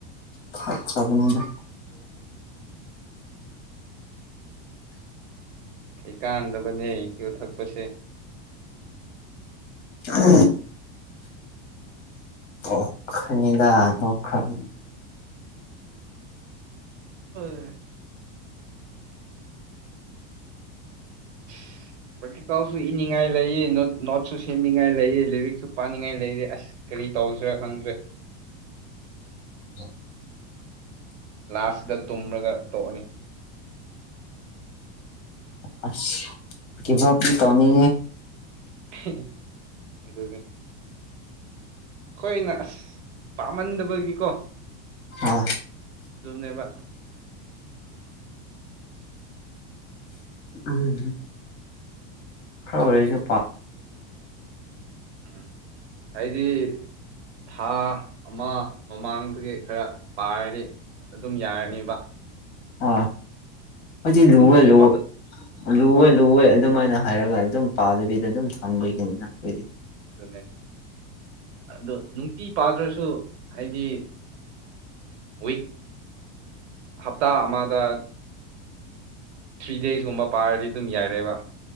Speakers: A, on the left (about 45°); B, on the right (about 85°).
A: ꯐ ꯆꯗꯅꯗꯝꯕ
B: ꯑꯩꯩ ꯀꯥꯟꯗꯕꯅꯦ ꯌꯣꯠꯊꯛꯄꯁꯦ
A: ꯑ ꯑꯣꯈꯅꯤꯗꯥ ꯅꯈꯥꯟ
B: ꯑꯣ <inaudible> ꯄꯇꯤꯀꯥꯎꯁꯨ ꯏꯅꯤꯡꯉꯥꯏ ꯂꯩꯑ ꯅꯣꯠꯁꯨ ꯁꯦꯝꯅꯤꯡꯉꯥꯏ ꯂꯩꯑ ꯂꯥꯏꯔꯤꯛꯁꯨ ꯄꯥꯅꯤꯡꯉꯥꯏ ꯂꯩꯑꯦ ꯑꯁ ꯀꯔꯤ ꯇꯧꯁꯔꯦ ꯈꯪ꯭ꯔꯦ
A: ꯎ
B: ꯂꯥꯁꯗ ꯇꯨꯝꯔꯒ ꯇꯣꯛꯑꯅꯤ
A: ꯑ ꯀꯕꯨꯅꯤ ꯀꯃꯤ
B: ꯑꯗꯨꯗ ꯑꯗꯨꯦ ꯍꯣꯏꯅ ꯑꯁ ꯄꯥꯝꯃꯟꯗꯕꯒꯤꯀꯣ
A: ꯑꯥ
B: ꯑꯗꯨꯅꯦꯕ
A: ꯎꯝ ꯈꯔ ꯑꯣꯏꯁ ꯄꯏ
B: ꯎꯝ ꯍꯥꯏꯗꯤ ꯊꯥ ꯑꯃ ꯃꯃꯥꯡꯗꯒꯤ ꯈꯔ ꯄꯥꯔꯗꯤ ꯑꯗꯨꯝ ꯌꯥꯔꯅꯤꯕ
A: ꯑ ꯍꯧ ꯂꯨꯦ
B: ꯅꯨꯡꯇꯤ
A: ꯂ
B: ꯄ
A: ꯂꯨꯋꯦ
B: ꯍꯣꯏ
A: ꯂꯨꯋꯦ ꯑꯗꯨꯃꯥꯏꯅ ꯍꯥꯏꯔꯒ ꯑꯗꯨꯝ ꯄꯥꯗꯕꯤꯗ ꯑꯗꯨꯝ ꯊꯝꯣꯏꯒꯅꯤꯅ ꯑꯩꯈꯣꯏꯗꯤ
B: ꯑꯗꯨꯅꯦ ꯑꯗꯨꯣ ꯅꯨꯡꯇꯤ ꯄꯥꯗ꯭ꯔꯁꯨ ꯍꯥꯏꯗꯤ ꯋꯤꯛ ꯍꯞꯇꯥ ꯑꯃꯗ ꯊ꯭ꯔꯤ ꯗꯦꯁꯀꯨꯝꯕ ꯄꯥꯔꯗꯤ ꯑꯗꯨꯝ ꯌꯥꯏꯔꯦꯕ